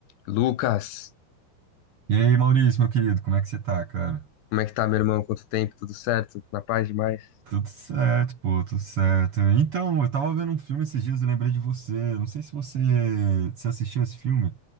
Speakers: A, on the left; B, on the right.
A: Lucas,
B: E aí, Maurício, meu querido, como é que você tá, cara?
A: como é que tá, meu irmão? Quanto tempo? Tudo certo? Na paz demais?
B: Tudo certo, pô, tudo certo. Então, eu tava vendo um filme esses dias e lembrei de você. Não sei se você se assistiu esse filme.